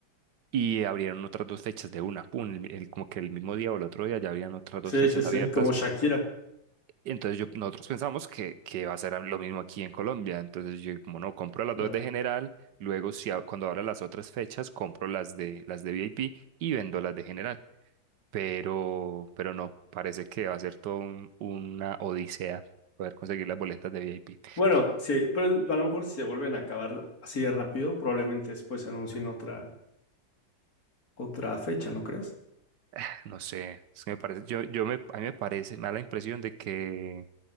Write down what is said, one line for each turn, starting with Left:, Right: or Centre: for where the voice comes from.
Right: y abrieron otras dos fechas de una, pum, el- el- como que el mismo día o el otro día ya habían otras dos
Left: Sí,
Right: fechas
Left: sí, sí,
Right: abiertas.
Left: como Shakira.
Right: Entonces yo, nosotros pensamos que, que va a ser lo mismo aquí en Colombia. Entonces yo como no, compro las
Left: Claro.
Right: dos de general, luego si, a- cuando abra las otras fechas, compro las de, las de VIP y vendo las de general. pero, pero no, parece que va a ser todo un- una odisea poder conseguir las boletas de VIP.
Left: Bueno, sí, pero a lo mejor si se vuelven a acabar así de rápido, probablemente después anuncien otra, otra fecha, ¿no crees?
Right: <sighs> No sé, es que me parece, yo, yo me, a mí me parece, me da la impresión de que,